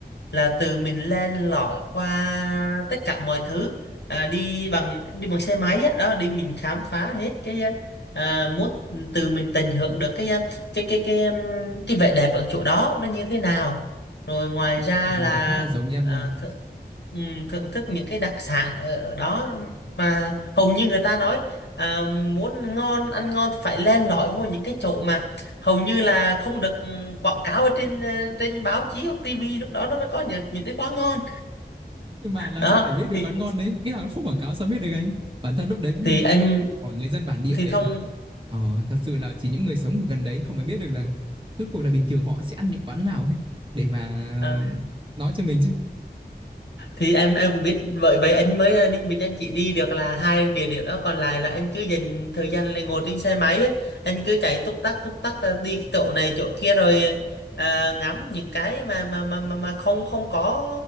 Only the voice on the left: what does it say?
là từ mình len lỏi qua tất cả mọi thứ, à, đi bằng đi bằng xe máy á, đó, đi mình khám phá hết cái à, muốn từ mình tận hưởng được cái à, cái cái cái um, cái vẻ đẹp ở chỗ đó nó như thế nào. Rồi ngoài
ra
là
à,
thưởng, ừ, thưởng thức những cái đặc sản ở, ở đó mà hầu như người ta nói À, muốn ngon ăn ngon thì phải len lỏi vô những cái chỗ mà hầu như là không được ừ, quảng cáo ở trên ờ, trên báo chí hoặc tivi lúc đó nó mới có được những cái quán ngon
đó
thì
thì anh
thì
thông
ờ,
thì em em cũng biết vậy vậy anh mới à, Ninh Bình anh chỉ đi được là hai địa điểm đó còn lại là anh cứ dành thời gian là ngồi trên xe máy á, anh cứ chạy túc tắc túc tắc à, đi chỗ này chỗ kia rồi à, ngắm những cái mà mà mà mà, mà không không có